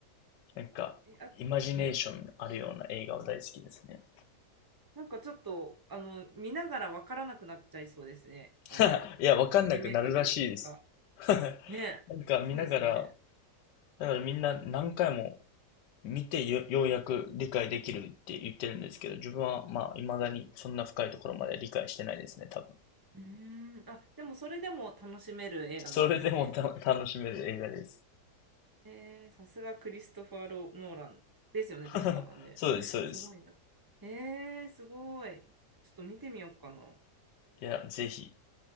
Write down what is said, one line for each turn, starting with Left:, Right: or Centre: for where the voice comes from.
Left: なんか、
Right: ー、え、あ、
Left: イマジネーションあるような映画は大好きですね。
Right: うんうん。なんかちょっと、あの、見ながらわからなくなっちゃいそうですね。あの、
Left: <laughs> いや、わかんなくなるらしいです。
Right: 夢か現実か。
Left: <laughs>
Right: ね、
Left: なんか見ながら、
Right: そうですよね。
Left: だからみんな何回も見てよ、ようやく理解できるって言ってるんですけど、自分はまあ未だにそんな深いところまで理解してないですね、多分。
Right: うーん、あ、でもそれでも楽しめる映画なんですね。
Left: それでもた楽しめる映画です。
Right: えー、さすがクリストファー・ロノーランですよね、
Left: <laughs>
Right: 確か。あね、
Left: そうです、そうです。
Right: すごいな。えー、すごい。ちょっと見てみようかな。
Left: いや、ぜひ。